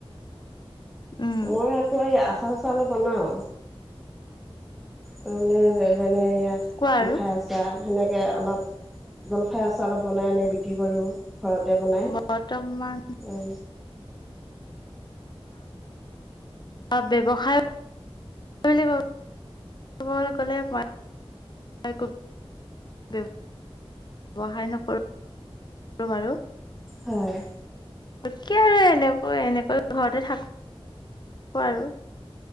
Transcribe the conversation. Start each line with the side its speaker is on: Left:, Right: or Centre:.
Left: উম,
Centre: মই আকৌ এই আচাৰ - চাচাৰ অলপ বনাও, তাৰমানে মানে এয়া
Left: কোৱা আৰু
Centre: খাই আচ যা সেনেকে অলপ জলফাই আচাৰ অলপ বনাই এনেকৈ বিক্ৰী কৰোঁ। ঘৰতে বনাই
Left: বৰ্তমান
Centre: ত
Left: বা ব্যৱসায় কি বুলি ক'লে বাই ক ব্যবসায় নকৰো বাৰু।
Centre: হয়।
Left: কি আৰু এনেকৈ - এনেকৈ ঘৰতে থাক আৰু।